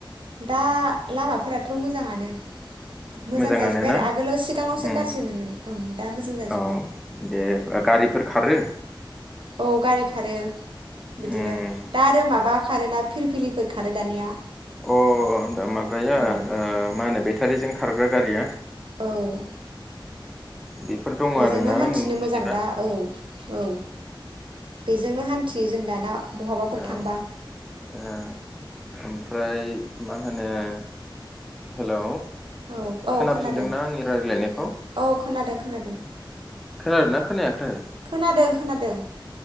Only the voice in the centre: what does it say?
मोजाङानो
ना
उम
औ दे गारिफोर खारो
उम
अ दा माबाया
ओ मा होनो बेटारिजों। खारग्रा गारिया।
बेफोर दङ
आरोना
नों बिदिबा
औ
ओ ओमफ्राय मा होन। नो हेलौ
खोनाफिनदोंना
आंनि रायलायनायखौ
खोनादों ना खोनायाखै।